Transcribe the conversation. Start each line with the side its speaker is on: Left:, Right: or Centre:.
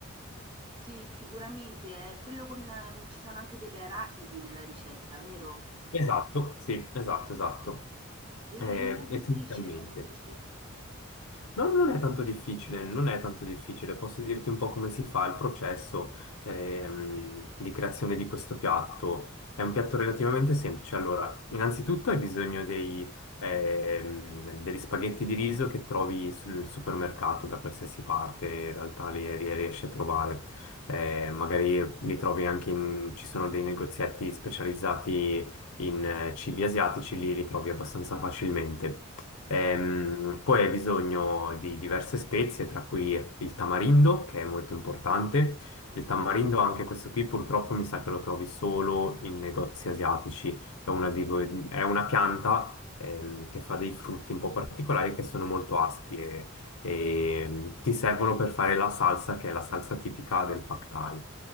Right: Sì, sicuramente, è quello con, ehm, ci sono anche delle arachidi nella ricetta, vero?
Left: Esatto, sì, esatto, esatto,
Right: E
Left: eh,
Right: non è difficile,
Left: essenzialmente.
Right: mi dici?
Left: No, non è tanto difficile, non è tanto difficile. Posso dirti un po' come si fa il processo ehm, di creazione di questo piatto. È un piatto relativamente semplice. Allora, innanzitutto hai bisogno dei, ehm, degli spaghetti di riso che trovi sul supermercato da qualsiasi parte, in realtà li, li riesci a trovare. Eh, magari li trovi anche in, ci sono dei negozietti specializzati in eh, cibi asiatici, li ritrovi abbastanza facilmente. Ehm, poi hai bisogno di diverse spezie, tra cui il tamarindo, che è molto importante.
Right: Ah,
Left: Il tamarindo, anche questo qui, purtroppo mi sa che lo trovi solo in negozi asiatici. È una, di que- è una pianta ehm, che fa dei frutti un po' particolari che sono molto aspri e, e ehm, ti servono per fare la salsa, che è la salsa tipica del Pad Thai.